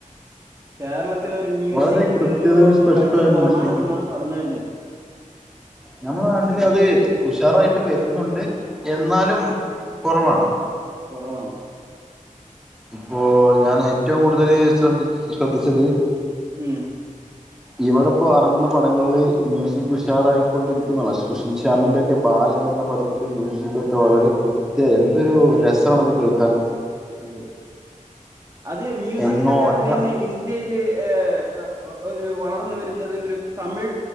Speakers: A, on the right (about 25°); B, in the centre.
A: കേരളത്തിലെ ഒരു മ്യൂസിക്കിന്റെ
B: വളരെ കൃത്യതയും
A: ഒരു
B: സ്പഷ്ടമായ
A: കൾച്ചർ കുറവാണ്
B: മ്യൂസിക്
A: എന്നാണ് പറഞ്ഞു വരുന്നത്
B: ഞമ്മുളെ നാട്ടില് അത് ഉഷാറായിട്ട് വരുന്നുണ്ട് എന്നാലും കൊറവാണ്.
A: കൊറവാണ്.
B: ഇപ്പോ ഞാൻ ഏറ്റവും കൂടുതല് ശ്രദ്ധി ശ്രദ്ധിച്ചത്
A: ഉം
B: ഇവിടെ ഇപ്പോ ഇറങ്ങുന്ന പടങ്ങളില് മ്യൂസിക് ഉഷാറായിക്കൊണ്ടിരിക്കുന്നള്ള സുഷിൻ ശ്യാമിന്റെ ഒക്കെ ബാലൻ എന്ന പടത്തി അതില് മ്യൂസികൊ ക്കെ വളരെ കൃത്യ എന്തൊരു രസണത് കേൾക്കാൻ
A: അതെ അത് മ്യൂസിക്കിന്റെ
B: എങ്ങോട്ട
A: കാര്യത്തിൽ ഇന്ന് ഇന്ത്യല് എഹ് ഒ ഒരു വളർന്നു വരുന്നത് ഒരു തമിഴ്